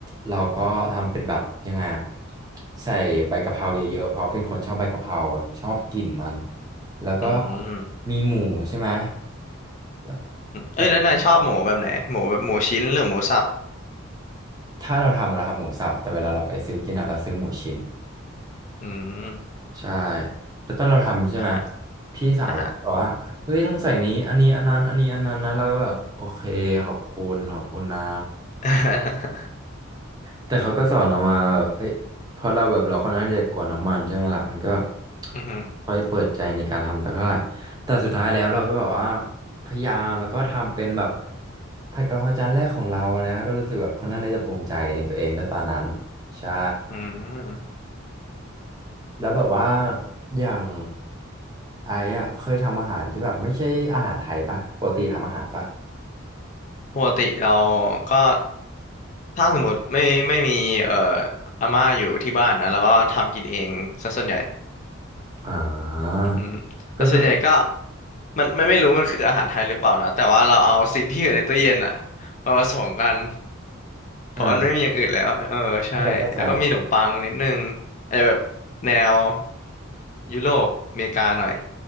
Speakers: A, on the right; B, on the left.
A: เราก็ทำเป็นแบบยังไงอะใส่ใบกะเพราเยอะๆเพราะเป็นคนชอบใบกะเพราแบบชอบกลิ่นมัน แล้วก็
B: อืมอืม
A: มีหมูใช่ไหมแล้วก็
B: เอ้ยแล้วนายชอบหมูแบบไหน
A: อีก
B: หมูแบบหมูชิ้นหรือหมูสับ
A: ถ้าเราทำเราทำหมูสับแต่เวลาเราไปซื้อกินอะเราซื้อหมูชิ้น
B: อืม
A: ใช่แล้วตอนเราทำใช่ไหม
B: อ่าฮะ
A: พี่สาวเราก็บอกว่าเฮ้ยต้องใส่นี้อันนี้อันนั้นอันนี้อันนั้นนะเราก็แบบโอเคขอบคุณขอบคุณนะ
B: อ่าฮะ <laughs>
A: แต่เขาก็สอนเรามาแบบเฮ้ยพอเราแบบเราค่อนข้างที่จะกลัวน้ำมันใช่ไหมล่ะมันก็แบบ
B: อืมอหือ
A: ค่อยเปิดใจในการทำแต่เท่าไหร่แต่สุดท้ายแล้วเราก็แบบว่าพยายามแล้วก็ทำเป็นแบบผัดกะเพราจานแรกของเรานะก็รู้สึกแบบค่อนข้างที่จะภูมิใจในตัวเองด้วยตอนนั้นใช่
B: อืม
A: แล้วแบบว่าอย่างไอ้อะเคยทำอาหารที่แบบไม่ใช่อาหารไทยปะปกติทำอาหารปะ
B: ปกติเราก็ถ้าสมมติไม่ไม่มีเอ่ออาม่าอยู่ที่บ้านนะแล้วก็ทำกินเองซะส่วนใหญ่
A: อ่า
B: อือหือแต่ส่วนใหญ่ก็
A: ก็คือ
B: มันไม่ไม่รู้มันคืออาหารไทยหรือเปล่านะแต่ว่าเราเอาสิ่งที่อยู่ในตู้เย็นอะมาผสมกัน เพราะมันไม่มีอย่างอื่นแล้ว
A: อ่า
B: เออใช่
A: เข้าใจเข้าใจ
B: แล้วก็มีขนมปังนิดนึงอาจจะแบบแนวยุโรปอเมริกาหน่อย